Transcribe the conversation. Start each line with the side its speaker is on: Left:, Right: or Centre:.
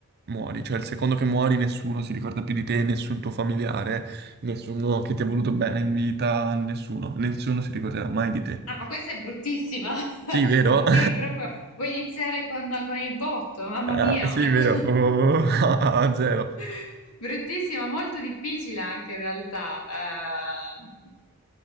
Right: muori? Cioè il secondo che muori nessuno si ricorda più di te, nessun tuo familiare, nessuno che ti ha voluto bene in vita, nessuno, nessuno si ricorderà mai di te.
Left: Ah, ma questa è bruttissima. <laughs>
Right: Sì, vero?
Left: Ok,
Right: <laughs>
Left: proprio vuoi iniziare con, con il botto? Mamma
Right: Ah,
Left: mia,
Right: sì,
Left: una
Right: vero,
Left: cosa
Right: proprio <laughs> a a zero.
Left: <laughs> bruttissima, molto difficile anche in realtà. Ehm,